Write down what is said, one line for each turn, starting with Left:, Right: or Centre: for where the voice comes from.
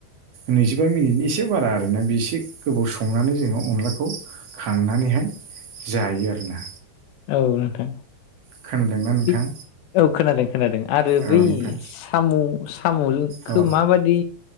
Right: नैजिबा मिनिटनि एसे बारा आरोना बेसे गोबाव संनानै जोङो अनलाखौ खांनानैहाय जायो आरोना।
Left: औ नोंथां।
Right: खोनादोंना नोंथां
Left: थिग औ खोनादों खोनादों आरो
Right: औ
Left: बै
Right: नोंथां
Left: साम' साम'जोंखो
Right: अ
Left: माबादि